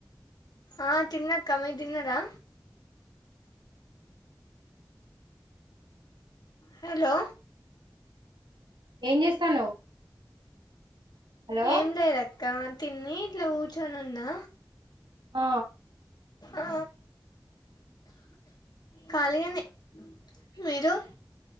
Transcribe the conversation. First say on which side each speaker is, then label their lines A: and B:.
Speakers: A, on the left (about 60°); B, on the right (about 85°).
A: ఆ తిన్నక్క మీరు తిన్నరా హలో
B: ఏం చేస్తాన్నావ్ హలో
A: ఏం లేదు కా తిని ఇట్లా కూర్చొని ఉన్నా
B: ఆ
A: ఆ ఖాళీ గానే మీరు